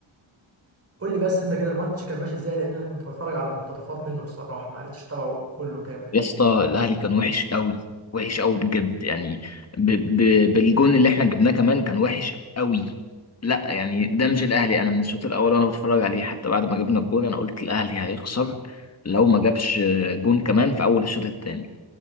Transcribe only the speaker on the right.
قول لي بس انت كده الماتش كان ماشي ازاي لان انا كنت بتفرج على مقتطفات منه بصراحه ما عرفتش اتابعه كله كامل